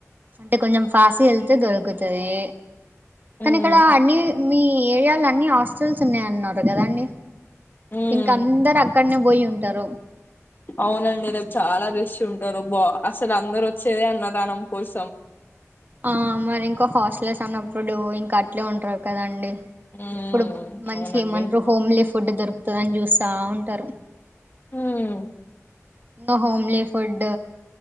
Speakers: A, on the right; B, on the left.
A: అంటే కొంచెం ఫాస్ట్ గెల్తే దొరుకుతది కానీ
B: ఉమ్.
A: ఇక్కడ అన్నీ మీ ఏరియాలో అన్ని హాస్టల్స్ ఉన్నాయన్నారు కదాండి
B: ఉమ్.
A: ఇంకా అందరు అక్ అక్కడనే పోయి ఉంటారు
B: అవునండి రేపు చాలా రిష్ ఉంటారు బా అసలు అందరు వచ్చేదే అన్నదానం కోసం
A: ఆ మరి ఇంకా హాస్టల్స్ అన్నప్పుడు ఇంకా అట్లే ఉంటారు కదండి
B: ఉమ్.
A: ఇప్పుడు మంచి
B: అవునండి
A: ఏమంటారు హోమ్ లి ఫు ఫుడ్ దొరుకుతుది అని చూస్తా ఉంటారు
B: మ్మ్
A: ఇంగ హోమ్లీ ఫుడ్